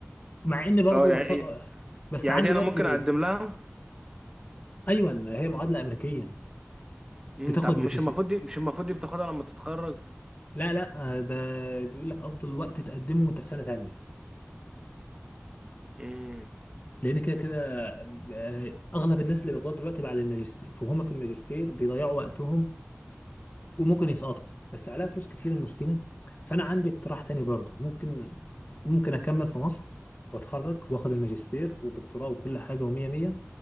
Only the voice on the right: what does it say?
اه يعني
ايه
يعني
دي انا
ممكن اقدم لها
امم
طب مش
المفروض دي مش المفروض دي بتاخدها لما تتخرج
امم